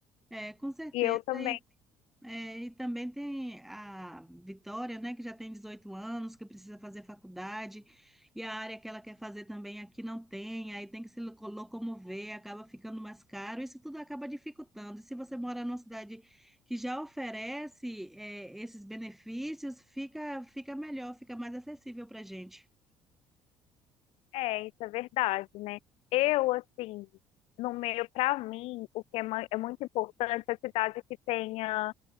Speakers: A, in the centre; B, on the left.
A: É, com certeza.
B: E eu também,
A: e É, e também tem a Vitória, né, que já tem 18 anos, que precisa fazer faculdade, e a área que ela quer fazer também aqui não tem, aí tem que se loco- locomover, acaba ficando mais caro, isso tudo acaba dificultando. E se você mora numa cidade que já oferece, é, esses benefícios, fica, fica melhor, fica mais acessível para a gente.
B: é, isso é verdade, né? Eu, assim, no meio, para mim, o que é ma- é muito importante é a cidade que tenha